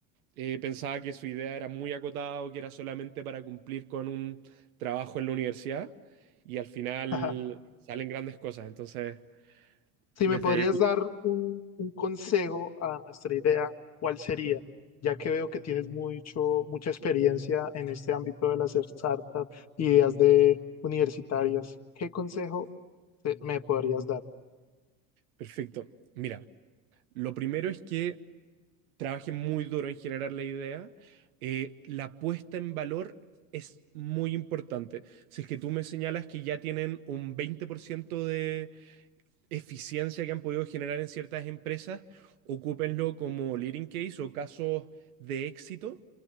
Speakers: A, on the right; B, on the left.
A: eh, pensaba que su idea era muy acotada o que era solamente para cumplir con un trabajo en la universidad y al final
B: <laughs>
A: salen grandes cosas. Entonces,
B: Si
A: desde...
B: me podrías dar un, un consejo a nuestra idea, ¿cuál sería? Ya que veo que tienes mucho, mucha experiencia en este ámbito de las startups, ideas de universitarias, ¿qué consejo te- me podrías dar?
A: Perfecto. Mira, lo primero es que trabaje muy duro en generar la idea, eh, la puesta en valor es muy importante. Si es que tú me señalas que ya tienen un 20% de eficiencia que han podido generar en ciertas empresas, ocúpenlo como leading case o casos de éxito